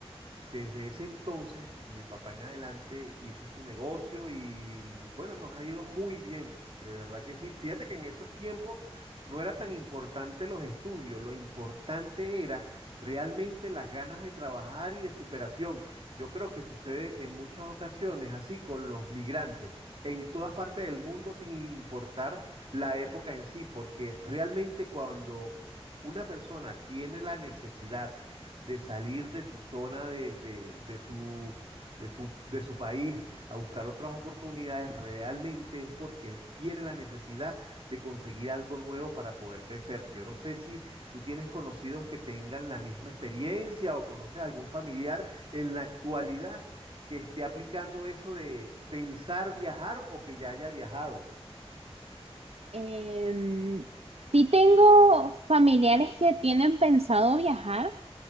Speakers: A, on the right; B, on the right.
A: Desde ese entonces, mi papá en adelante hizo su negocio y bueno, nos ha ido muy bien, de verdad que sí. Fíjate que en esos tiempos no era tan importante los estudios, lo importante era realmente las ganas de trabajar y de superación. Yo creo que sucede en muchas ocasiones así con los migrantes, en todas partes del mundo sin importar la época en sí, porque realmente cuando una persona tiene la necesidad, de salir de su zona de, de- de su, de su, de su país a buscar otras oportunidades, realmente es porque tiene la necesidad de conseguir algo nuevo para poder crecer. Yo no sé si tú tienes conocidos que tengan la misma experiencia o conoces algún familiar en la actualidad que esté aplicando eso de pensar viajar o que ya haya viajado.
B: Em, sí tengo familiares que tienen pensado viajar